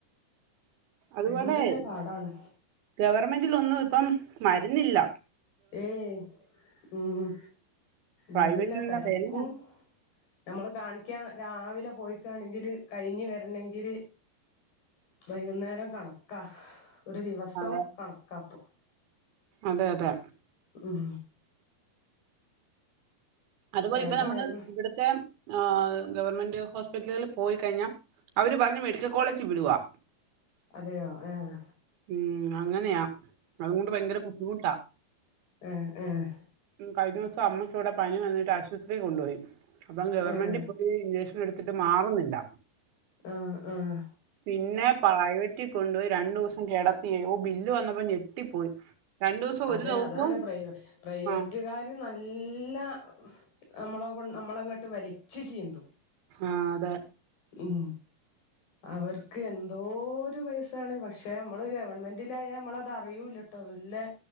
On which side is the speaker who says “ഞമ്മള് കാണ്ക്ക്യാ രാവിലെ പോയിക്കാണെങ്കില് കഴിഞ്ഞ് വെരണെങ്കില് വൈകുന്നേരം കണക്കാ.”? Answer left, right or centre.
Left